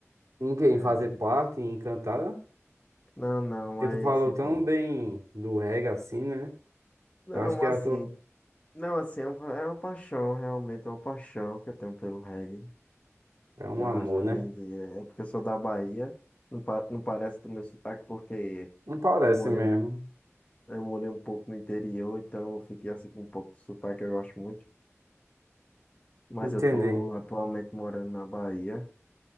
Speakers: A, on the right (about 80°); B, on the left (about 25°).
A: Em quem
B: é.
A: fazer parte, em cantada?
B: Não, não,
A: Porque
B: mas,
A: tu falou
B: tipo,
A: tão bem do reggae assim, né?
B: não,
A: Eu acho que
B: assim,
A: é a tua...
B: não, assim, é uma, é uma paixão, realmente, é uma paixão que eu tenho pelo reggae.
A: é um
B: Já,
A: amor,
B: já
A: né?
B: vem de, é porque eu sou da Bahia, não, pa, não parece do meu sotaque, porque
A: Não parece
B: eu morei,
A: mesmo.
B: um- eu morei um pouco no interior, então eu fiquei, assim, com um pouco de sotaque, eu gosto muito. Mas
A: Entendi.
B: eu tô atualmente morando na Bahia.